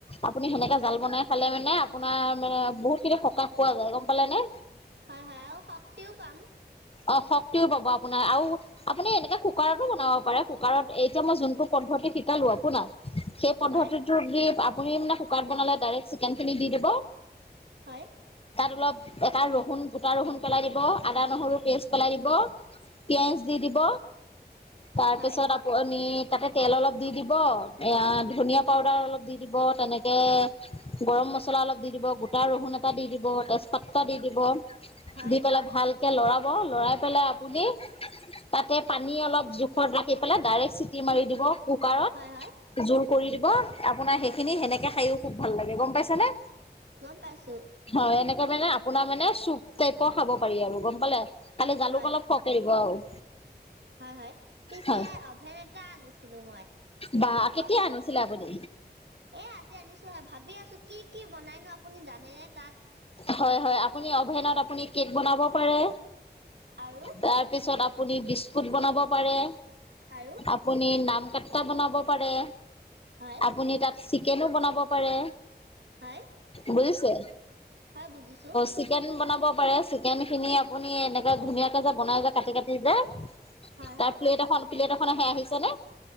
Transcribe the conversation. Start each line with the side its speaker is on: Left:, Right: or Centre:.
Left: আপুনি সেনেকে
Right: হয়
Left: জাল বনাই খালে মানে আপোনাৰ মানে বহুতখিনি সকাহ পোৱা যায় গ'ম পালে নে?
Right: হয় হয় আৰু শক্তিও পাম
Left: অ', শক্তিও পাব আপোনাৰ আৰু আপুনি এনেকে কুকাৰতো বনাব পাৰে, কুকাৰত এতিয়া মই জোনটো পদ্ধতি শিকালো আপোনাক, সেই পদ্ধতিটো
Right: হয়
Left: দি আপুনি মানে কুকাৰত বনালে ডাইৰেক্ট চিকেন খিনি দি দিব।
Right: হয়
Left: তাত অলপ এটা ৰহুন গোটা ৰহুন পেলাই দিব, আদা-নহৰু পেষ্ট পেলাই দিব। পিয়াজ দি দিব তাৰ
Right: হয়
Left: পিছত তাতে তেল অলপ দি দিব, এ ধনিয়া পাউদাৰ অলপ দি দিব তেনেকে গৰম মছলা অলপ দি দিব গোটা ৰহুন এটা দি দিব তেজপাত দি দিব
Right: হয়
Left: দি পেলাই ভালকে লৰাব, লৰাই পেলাই আপুনি তাতে পানী অলপ জোখত ৰাখি পেলাই ডাইৰে্ট চিটি মাৰি দিব। কুকাৰত
Right: হয় হয়
Left: জোল কৰি দিব আপোনাৰ সেইখিনি সেনেকে খায়ও খুব ভাল লাগে গ'ম পাইছে নে?
Right: গ'ম পাইছোঁ।
Left: হয়, এনেকে মানে আপোনাৰ মানে চুপ টাইপৰ খাব পাৰি আৰু গ'ম পালে? খালী জালুক
Right: হয়
Left: অলপ সৰহকে দিব আৰু।
Right: হয়, হয়, পিছে
Left: হয়
Right: অভেন এটা আনিছিলো মই।
Left: বা
Right: এই
Left: কেতিয়া
Right: অভেন
Left: আনিছিলে আপুনি?
Right: এ আজি আনিছো হে, ভাবি আছো কি কি বনাইনো আপুনি জানে তাত?
Left: হয় হয়, আপুনি অভেনত কেক বনাব পাৰে,
Right: আৰু
Left: তাৰ পিছত আপুনি বিস্কুট বিস্কুট বনাব পাৰে,
Right: আৰু
Left: আপুনি নাম কাতটা বনাব পাৰে।
Right: হয়।
Left: আপুনি তাত চিকেনো বনাব পাৰে
Right: হয়
Left: বুজিছে?
Right: হয় বুজিছো
Left: চিকেন বনাব পাৰে, চিকেন খিনি আপুনি এনেকে ধুনীয়াকে যে, বনাই যে কাটি কাটি যে।
Right: হয় হয়
Left: তাৰ প্লেট এখন প্লেট এখন আহে আহিছে নে?